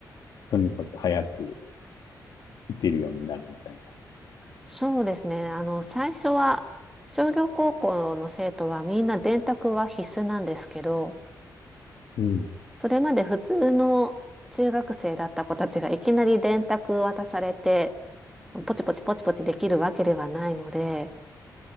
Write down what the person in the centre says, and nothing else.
そうですね。あの、最初は、商業高校の生徒はみんな電卓は必須なんですけど、
それまで普通の中学生だった子たちがいきなり電卓渡されて、ポチポチポチポチできるわけではないので、